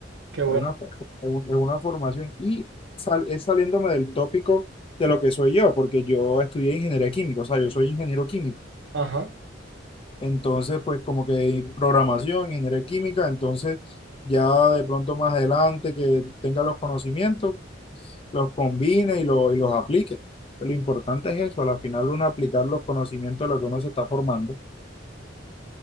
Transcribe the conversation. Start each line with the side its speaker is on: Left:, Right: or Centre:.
Right: qué bueno.
Left: es una, fo- es un- es una formación y sal- es saliéndome del tópico de lo que soy yo, porque yo estudié ingeniería química, o sea, yo soy ingeniero químico.
Right: Ajá,
Left: Entonces, pues como que hay programación, ingeniería química, entonces ya de pronto más adelante que tenga los conocimientos, los combine y, lo- y los aplique. Lo importante es eso, al final uno aplicar los conocimientos de lo que uno se está formando.